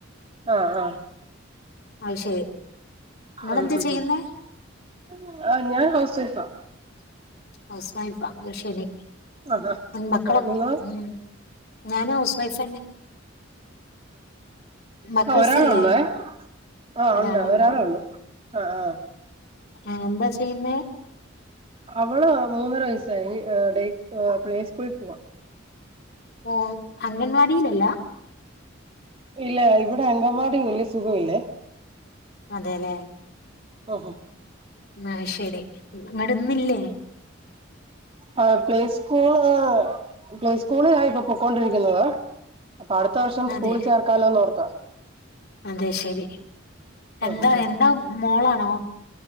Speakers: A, on the right; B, on the left.
A: ആഹ് ആഹ്
B: അത് ശരി നിങ്ങളെന്താ
A: ആഹ് ആഹ്
B: ചെയ്യുന്നേ
A: ആഹ് ആഹ് ഞാൻ ഹൗസ് വൈഫാ.
B: ഹൗസ് വൈഫ ആഹ് ശരി
A: ആഹ്
B: മക്കളൊക്കെ
A: ആഹ് നിങ്ങള്
B: ഉമ് ഞാനും ഹൗസ് വൈഫ് ന്നെ മക്കൾസില്ലേ
A: ആഹ് ഒരാള ഉള്ളുവെ ആഹ്
B: ഒരാളൊള്ളൂ
A: ഉണ്ട് ഒരാളെ ഉള്ളൂ ആഹ് ആഹ്
B: ആഹ് എന്താ ചെയ്യുന്നേ
A: അവള് മൂന്നര വയസായി ഡേ പ്ലേ സ്കൂളിൽ പോവാ
B: ഓഹ് അംഗൻവാടിയില ല്ല
A: ഇല്ല ഇവിടെ അങ്കൻവാടി വല്ല്യ സുഖല്ലേ
B: അതെല്ലേ
A: ഓഹോ
B: അഹ് ശരി എന്നിട്ട് ഇന്നില്ലേ
A: ആഹ് പ്ലേ സ്കൂൾ പ്ലേ സ്കൂളിൽ ആയി പ്പം പോക്കൊണ്ടിരിക്കുന്നത് അപ്പൊ അടുത്ത വർഷം
B: അതെ
A: സ്കൂളിൽ ചേർക്കാലോന്ന് ഓർത്ത
B: അതെ ശരി
A: ഉം
B: എന്താ
A: ഉം
B: എന്താ മോളാണോ